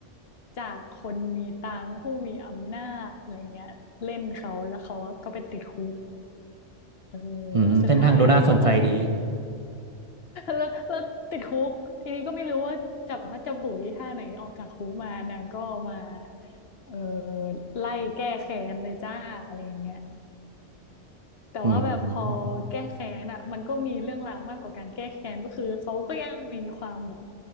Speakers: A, on the left; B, on the right.
A: จากคนมีตังค์ผู้มีอำนาจอะไรเงี้ยเล่นเขาแล้วเขาก็ไปติดคุกเออแล้วสุดท้ายก็
B: อืมเส้นทางดูน่าสนใจดี
A: แล้วแล้วติดคุกทีนี้ก็ไม่รู้ว่าจับพลัดจับผลูท่าไหนออกจากคุกมานางก็มาเออไล่แก้แค้นเลยจ้าอะไรอย่างเงี้ยแต่ว่าแบบพอแก้แค้นอ่ะมันก็มีเรื่องราวมากกว่าการแก้แค้นก็คือเขาก็ยังมีความแบบ
B: อืม